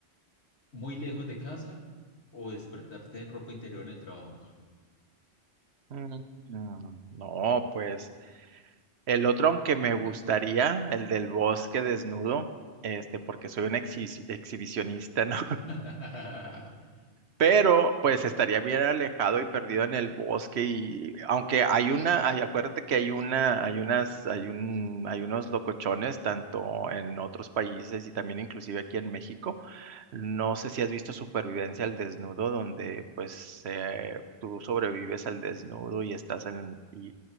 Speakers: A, on the left (about 75°); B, on the right (about 75°).
A: muy lejos de casa, o despertarte en ropa interior en el trabajo?
B: Mm, mm, No, pues el otro aunque me gustaría, el del bosque desnudo, este, porque soy un exhi- exhibicionista <laughs> ¿no?
A: <laughs>
B: Pero pues estaría bien alejado y perdido en el bosque y aunque hay una, hay- acuérdate que hay una, hay unas, hay un, hay unos locochones tanto en otros países y también inclusive aquí en México no sé si has visto Supervivencia al desnudo, donde pues eh, tú sobrevives al desnudo y estás en, y,